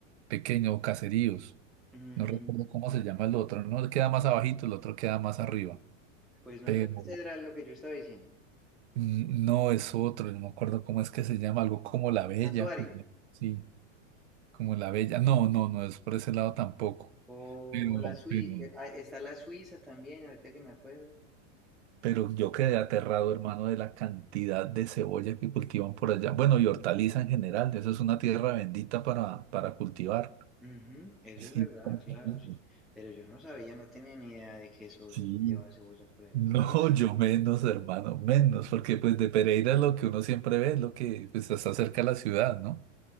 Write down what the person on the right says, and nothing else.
pequeños o caseríos.
No recuerdo cómo se llama el otro. Uno queda más abajito, el otro queda más arriba.
Pero
No es otro, no me acuerdo cómo es que se llama, algo como La Bella,
como, sí, como La Bella. No, no, no es por ese lado tampoco.
Pero,
pero,
pero yo quedé aterrado, hermano, de la cantidad de cebolla que cultivan por allá. Bueno, y hortaliza en general, eso es una tierra bendita para, para cultivar.
Sí,
<laughs>
sí.
No,
yo menos, hermano, menos, porque pues de Pereira lo que uno siempre ve es lo que pues, está cerca de la ciudad, ¿no?